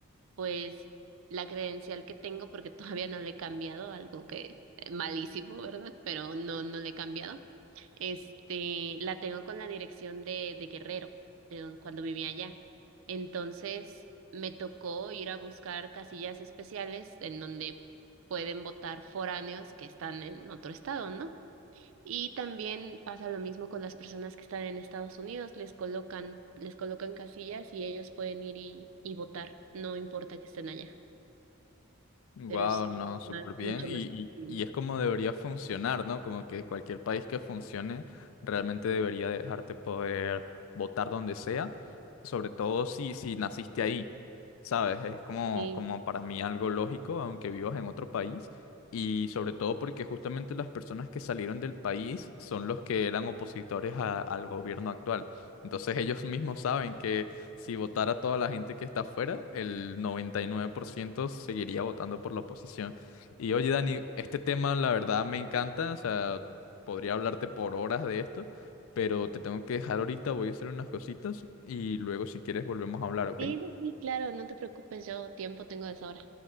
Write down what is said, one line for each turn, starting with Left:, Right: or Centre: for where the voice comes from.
Right: pues la credencial que tengo, porque <laughs> todavía no le he cambiado, algo que eh, malísimo, ¿verdad? Pero no, no le he cambiado este, la tengo con la dirección de, de Guerrero, de don- cuando vivía allá. Entonces, me tocó ir a buscar casillas especiales en donde pueden votar foráneos que están en otro estado, ¿no? Y también pasa lo mismo con las personas que están en Estados Unidos, les colocan, les colocan casillas y ellos pueden ir y, y votar, no importa que estén allá,
Left: Wow,
Right: pero es
Left: no, súper
Right: más-
Left: bien.
Right: mucho
Left: Y,
Right: más
Left: y,
Right: flexible.
Left: y es como debería funcionar, ¿no? Como que cualquier país que funcione realmente debería dejarte poder votar donde sea, sobre todo si, si naciste ahí, ¿sabes? Es como,
Right: Sí,
Left: como para mí algo lógico, aunque vivas en otro país. Y sobre todo porque justamente las personas que salieron del país son los que eran opositores a- al gobierno actual. Entonces ellos mismos saben Si votara toda la gente que está afuera, el 99% seguiría votando por la oposición. Y oye, Dani, este tema la verdad me encanta, o sea, podría hablarte por horas de esto, pero te tengo que dejar ahorita, voy a hacer unas cositas y luego si quieres volvemos a hablar, ¿ok?
Right: sí, sí, sí, claro, no te preocupes, yo tiempo tengo de sobra.